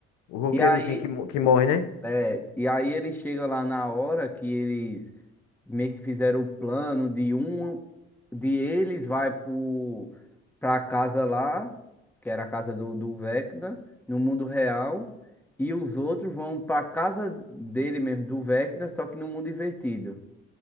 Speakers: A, on the left; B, in the centre.
A: O roqueirozinho
B: E aí,
A: que, mo- que morre, né?
B: É, e aí ele chega lá na hora que eles meio que fizeram o plano de um de eles vai pro, pra casa lá, que era a casa do, do Vecna, no mundo real, e os outros vão pra casa dele mesmo, do Vecna, só que no mundo invertido.